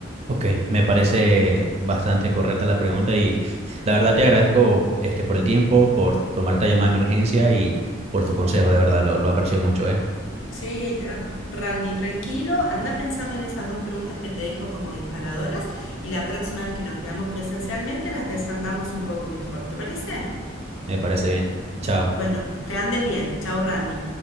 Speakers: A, on the right (about 35°); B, on the left (about 80°).
A: Ok, me parece bastante correcta la pregunta y la verdad te agradezco este por el tiempo, por tomar esta llamada de emergencia y por tus consejos, de verdad, lo, lo aprecio mucho, ¿eh?
B: Sí, Randy, tranquilo, anda pensando en esas dos preguntas que te dejo como disparadoras y la próxima vez que nos veamos presencialmente las desandamos un poco mejor, ¿te parece?
A: Me parece bien. Chao.
B: Bueno, que andes bien, chao Randy.